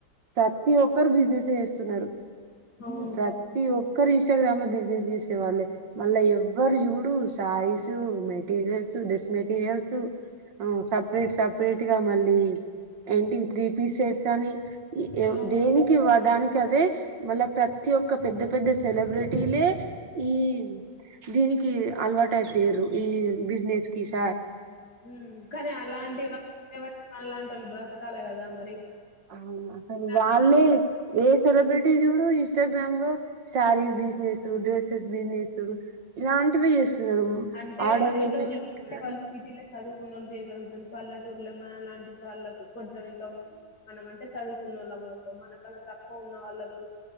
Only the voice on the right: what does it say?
ప్రతి ఒక్క ఒక్కరు బిజినెస్ చేస్తున్నారు
ప్రతి ఒక్క ఒక్కరు ఇన్స్టాగ్రామ్ లో బిజినెస్ చేసే వాళ్ళే మళ్ళా ఎవ్వరు చూడు సారీస్ మెటీరియల్ డెస్ మేటీరీయల్సు సపరేట్ సపరేట్ గా మళ్ళీ అవి ఏంటి త్రీ పీసెస్ అని
దేనికివ దానికి కదే మళ్ల ప్రతి ఒక్క ఒక పెద్ద పెద్ద సెలబ్రిటీలే ఈ దీనికి అలవాటైపోయిరు ఈ బిజినెస్ కిస
అవునా అసలు
వాళ్ళే ఏ సెలబ్రిటీ చూడు ఇన్స్టాగ్రామ్ లో స్టారీస్ బిజినెస్ డ్రెసెస్ బిజినెస్ ఇలాంటివి చేస్తున్నారు
ఆర్డర్
చేపించుకుంటున్నారు